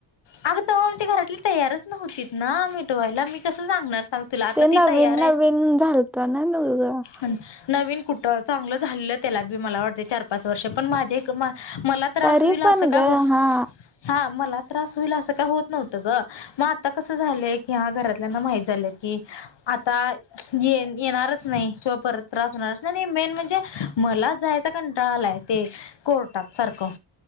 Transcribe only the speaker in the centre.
ते नविन-
नविन झालतं ना, तुझं.
तरी
पण
ग
हा